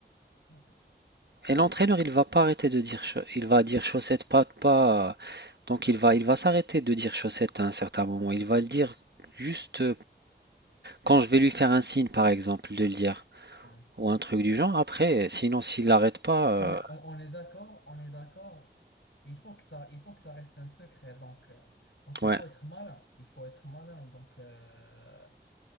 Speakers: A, on the left (about 85°); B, on the right (about 65°).
A: ok.
B: Et l'entraîneur, il va pas arrêter de dire cha- il va dire chaussette pas pas. Donc il va il va s'arrêter de dire chaussette à un certain moment. Il va le dire juste Quand je vais lui faire un signe, par exemple, de le dire,
A: Hmm.
B: ou un truc du genre, après, sinon s'il l'arrête pas, euh,
A: Mais on, on est d'accord, on est d'accord. Il faut que ça, il faut que ça reste un secret. Donc, euh, donc
B: ouais,
A: il faut être malin. Il faut être malin. Donc, euh,